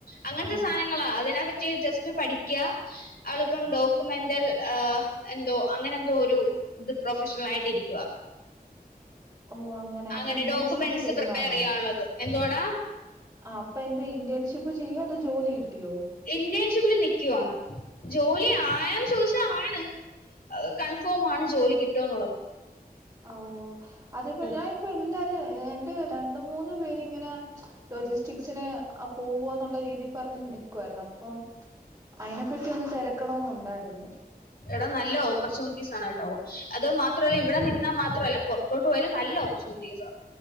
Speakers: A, on the left; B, on the right.
A: അങ്ങൻത്തെ
B: ആഹ്.
A: സാനങ്ങളാ അതിനെപ്പറ്റി ജസ്റ്റ് പഠിക്ക അവളിപ്പം ഡോക്യുമെന്റൽ ആ എന്തോ അങ്ങനെ എന്തോ ഒരു ഇത് പ്രൊഫഷണൽ ആയിട്ട് ഇരിക്കുവ
B: ഓഹ് അപ്പൊ
A: അങ്ങനെ
B: ഇന്റേൺഷിപ്പ്
A: ഡോക്യുമെന്റ്സ്
B: ചെയ്യുവാണോ?
A: പ്രിപ്പയർ ചെയ്യാനുള്ളത് എന്തോടാ
B: ആ അപ്പൊ എന്താ ഇന്റേൺഷിപ്പ് ചെയ്യോ അതോ ജോലി കിട്ടിയോ?
A: ഇന്റേൺഷിപ്പില് നിക്കുവാണ് ജോലി ആയോന്ന് ചോദിച്ചാ ആണ് കൺഫോമാണ് ജോലി കിട്ടുന്നുള്ളത്
B: ഹാവു അതേപ്പോ
A: ഉം.
B: ഞാനിപ്പോ എല്ലാരും എന്റെ രണ്ട്‌ മൂന്ന് പേരിങ്ങനെ ലോജിസ്റ്റിക്സിന് അ പോവോന്നുള്ള രീതി പറഞ്ഞു നിക്കുവായിരുന്നു അപ്പം അയിനെപ്പറ്റി ഒന്ന് തിരക്കണന്നുണ്ടായിരുന്നു.
A: എടാ നല്ല ഓപ്പർച്യൂണിറ്റീസ് ആണ് കേട്ടോ അത് മാത്രല്ല ഇവിടെ നിന്നാൽ മാത്രല്ല പൊ ർത്തോട്ട് പോയാലും നല്ല ഓപ്പർച്യുണിറ്റീസ